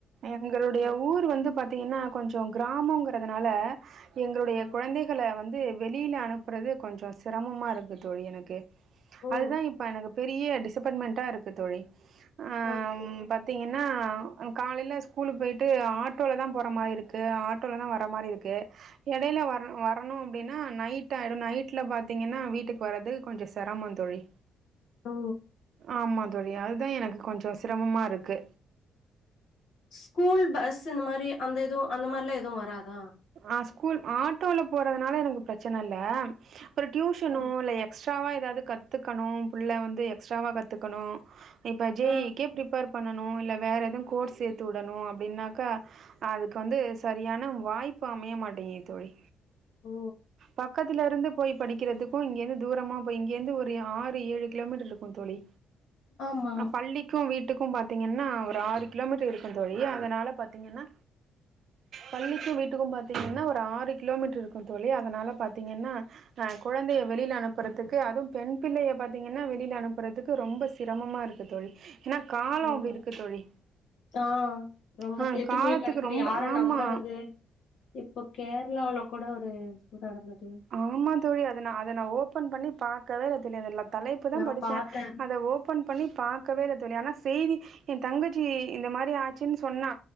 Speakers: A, on the right; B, on the left.
A: எங்களுடைய
B: ம்
A: ஊர் வந்து பாத்தீங்கன்னா கொஞ்சோ கிராமோங்கிறதுனால எங்களுடைய
B: ம்
A: குழந்தைக் கள வந்து வெளியில அனுப்புறது கொஞ்சோ சிரமமா இருக்கு தோழி எனக்கு
B: ஓ!
A: அதுதா இப்ப எனக்கு பெரிய டிசப்பன்ட்மெண்ட்டா இருக்கு தோழி அ
B: ஓகே
A: பார்த்திங்கன்னா காலையில ஸ்கூலுக்கு போயிட்டு ஆட்டோல தா போற மாரி இருக்கு ஆட்டோல தா வர்ற மாரி இருக்கு எடையில வர வரணு அப்டின்னா நைட் ஆயிடு நைட்ல பாத்தீங்கன்னா வீட்டுக்கு வரது கொஞ்சோ சிரமோ தோழி
B: ஓ!
A: ஆமா தோழி அதுதா எனக்கு கொஞ்சோ சிரமமா இரு க்கு
B: ஸ்கூல் பஸ் இந்த மாரி அந்த எது அந்த மாரிலாம் எது வராதா
A: ஆ ஸ்கூல் ஆட்டோல போறதுனால எனக்கு பிரச்சன இல்ல ஒரு டியூஷனோ
B: ஓ!
A: இல்ல எக்ஸ்ட்ராவா எதாவது கத்துக்கணு புள்ள வந்து எக்ஸ்ட்ராவா கத்துக்கணு இப்போ ஜே
B: ஆ.
A: இ இ க்கே ப்ரிப்பர் பண்ணணு இல்ல வேறு எது கோர்ஸ் சேர்த்து விடணு அப்படின்னாக்கா அதுக்கு வந்து சரியான வாய்ப்பு அமைய மாட்டேங்கது தோழி
B: ஓ
A: பக்கத்துல இருந்து போய் படிக்கிறதுக்கு இங்கேருந்து தூரமா போய் இங்கேயிருந்து ஒரு ஆறு ஏழு கிலோமீட்டர் இருக்கு தோழி
B: ஆமா.
A: அ பள்ளி க்கு வீட்டுக்கும் பாத்தீங்கன்னா ஒரு ஆறு கிலோமீட்டர் இருக்கு தோழி அதனால பாத்தீங்கன்னா பள்ளிக்கு வீட்டுக்கும் பாத்தீங்கன்னா ஒரு ஆறு கிலோமீட்டர் இருக்கு தோழி அதனால பாத்தீங்கன்னா அ குழந்தைய வெளியில அனுப்புறதுக்கு அதுவு பெண் பிள்ளைய பாத்தீங்கன்னா வெளியில அனுப்புறதுக்கு ரொம்ப சிரமமா இருக்கு தோழி ஏன்னா காலோ
B: ஆமா.
A: அப்டி இருக்கு தோழி
B: ஆ ரொம்ப
A: ஆ
B: கெட்டு
A: காலத்துக்கு
B: போய் கிடக்குது
A: ரொம்ப
B: யார
A: ஆமா
B: நம்பறது இப்போ கேரளாவுல கூட ஒரு இது நடந்தது
A: ஆமா தோழி அத நா அத நா ஓபன் பண்ணி பாக்கவே இல்ல தோழி அதெல்லா தலைப்பு தா
B: நான்
A: படிச்சே
B: பாத்தேன்.
A: அத ஓ பன் பண்ணி பாக்கவே இல்ல தோழி ஆனா செய்தி எ தங்கச்சி இந்த மாரி ஆச்சுன்னு சொன்னா